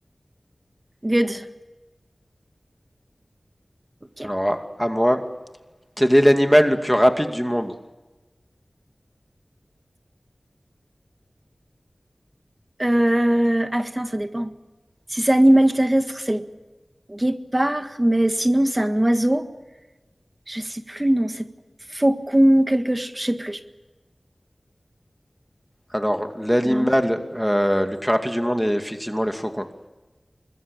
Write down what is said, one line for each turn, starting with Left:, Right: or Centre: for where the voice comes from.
Right: Good. Ok.
Centre: Alors à à moi. Quel est l'animal le plus rapide du monde?
Right: Euh, ah putain, ça dépend. Si c'est animal terrestre, c'est le guépard, mais sinon c'est un oiseau. Je sais plus le nom, c'est faucon, quelque chose. Je sais plus.
Centre: Alors, l'animal
Right: Non?
Centre: euh, le plus rapide du monde est effectivement le faucon.